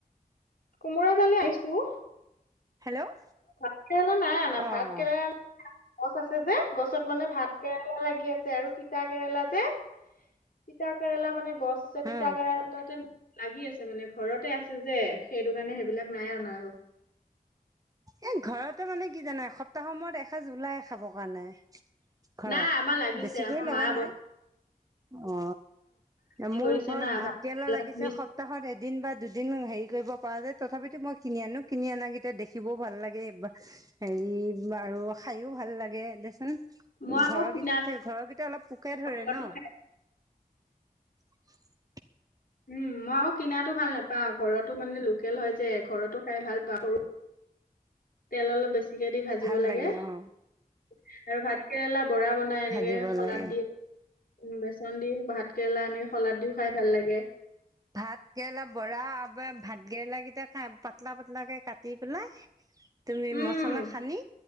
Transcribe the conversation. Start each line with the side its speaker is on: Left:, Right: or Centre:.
Left: কোমোৰা জালে আহিছো
Right: হেল্ল'
Left: ভাত কেৰেলা নাই আনা
Right: অ'
Left: ভাত কেৰেলা গছ আছে যে গছত মানে ভাত কেৰেলা লাগি আছে আৰু তিতা কেৰেলা যে তিতা কেৰেলা মানে গছ ছে
Right: হা
Left: তিতা কেৰেলাতে লাগি আছে মানে ঘৰতে আছে যে সেইটো কাৰণে সেইবিলাক নাই অনা আৰু
Right: এ ঘৰতে মানে কি জানাই সপ্তাহৰ সময়ত এসাঁজ ওলাই খাব কাৰণাই ঘৰত
Left: নাই আমাৰ লাগিছে
Right: বেছিকৈ
Left: আমাৰ
Right: লগা
Left: মা বন
Right: নাই অ
Left: হেৰি
Right: মোৰ
Left: কৰিছে
Right: ঘৰত
Left: না
Right: ভাত
Left: ভাতকেৰেলা
Right: কেৰেলা লাগিছে
Left: তিনি
Right: সপ্তাহত এদিন বা দুদিন হেৰি কৰিব পৰা যায় তথাপিতো মই কিনি আনো কিনি আনা কেটা দেখি দেখিবও ভাল লাগে বা হেৰি আৰু খায়ওঁ ভাল লাগে দেচোন
Left: মই আকৌ
Right: ঘৰকেইটাত
Left: কিনা
Right: থ ঘৰৰ কিটা অলপ পোকে ধৰে
Left: ঘৰতো
Right: ন
Left: খাই
Right: <unintelligible>
Left: উম মই আকৌ কিনাটো ভাল নাপাওঁ ঘৰতো মানে লোকেল হয় যে ঘৰতো খাই ভাল পাওঁ সৰু তেল অলপ বেছিকে দি ভাজিব
Right: ভাল
Left: লাগে আৰু
Right: অ
Left: ভাত কেৰেলা বৰা বনাই এনেকে
Right: ভাজিব
Left: শলাদ
Right: লাগে
Left: দি বেচন দি ভাত কেৰেলা এনেকে শলাদ দিও খাই ভাল লাগে।
Right: ভাত কেৰেলা বৰা আব ভাত কেৰেলা কেইটা খাই পাতলা পাতলা কে কাটি পেলাই। তুমি
Left: উম
Right: মছলা সানি